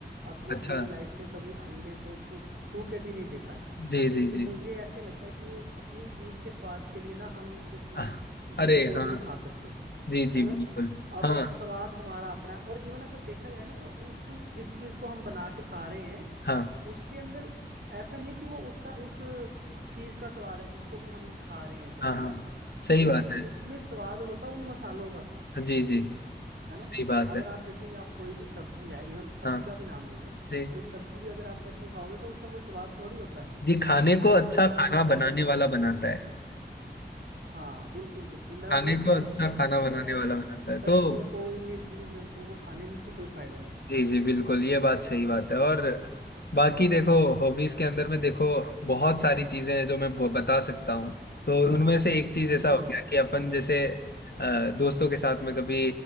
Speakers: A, on the right (about 70°); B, on the left (about 65°).
A: अपनी
B: अच्छा
A: पूरी लाइफ में कभी अंडे को छू छू के भी नहीं देखा है
B: जी जी
A: क्योंकि
B: जी
A: मुझे ऐसे लगता है कि अपनी जीभ के स्वाद के लिए ना हम किसी
B: आह,
A: जीव
B: अरे
A: को
B: हाँ
A: नहीं खा सकते
B: जी जी
A: है ना
B: बिल्कुल
A: अब
B: हाँ
A: स्वाद हमारा अपना है और इवन अगर देखा जाए ना तो उस जिस चीज को हम बना के खा रहे हैं
B: हाँ
A: उसके अंदर ऐसा नहीं है कि वो उसका उस चीज का स्वाद है जिसको भी हम खा रहे हैं चाहे
B: हाँ
A: है
B: हाँ
A: ना
B: सही
A: लेकिन
B: बात है
A: उसमें स्वाद होता उन मसालों का
B: जी जी
A: है ना
B: सही बात
A: अगर
B: है
A: आप देखेंगे आप कोई भी सब्जी है इवन सब्जी
B: हाँ
A: का भी नाम ले लें
B: जी
A: कोई सब्जी भी अगर आप कच्ची खाओगे तो उसका कोई स्वाद थोड़ी होता है
B: जी खाने को अच्छा
A: उसके अंदर
B: खाना
A: आप मसाले
B: बनाने
A: डालोगे
B: वाला बनाता है
A: हाँ बिल्कुल बिल्कुल मैं
B: खाने
A: वही कह
B: को अच्छा
A: रहा हूँ कि इसलिए
B: खाना बनाने
A: ऐसे
B: वाला बनाता है तो
A: पशुओं को इन निर्जीव जंतुओं को खाने में भी कोई फायदा नहीं
B: जी जी बिल्कुल ये बात सही बात है और बाकी देखो हॉबीज के अंदर में देखो बहुत सारी चीजें हैं जो मैं ब- बता सकता हूँ तो उनमें से एक चीज ऐसा
A: है।
B: हो गया कि अपन जैसे अ, दोस्तों के साथ में कभी